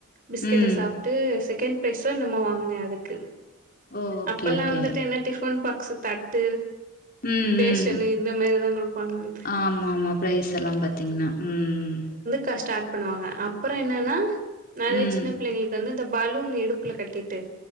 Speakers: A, on the right; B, on the left.
A: பிஸ்கெட்ட
B: ம்
A: சாப்ட்டு செகண்ட் பெரைஸு என்னமோ வாங்குனே அதுக்கு
B: ஓ ஓகே
A: அப்பெல்லா
B: ஓகே
A: வந்துட்டு என்ன டிஃ பன் பாக்ஷூ தட்டு
B: ம்
A: பேஷனு
B: ம்
A: இந்த மேரிதா குடுப்பாங்க வந்து
B: ஆமா ஆமா ப்ரைஸ் எல்லா பாத்தீங்னா ம் ம்
A: ப ஸ்டார்ட் பண்ணுவாங்க அப்பறோ என்னனா நெறைய
B: ம்
A: சின்ன பிள்ளைங்களுக்கு வந்து இந்த பு பலூன் இடுப்புல கட்டிட்டு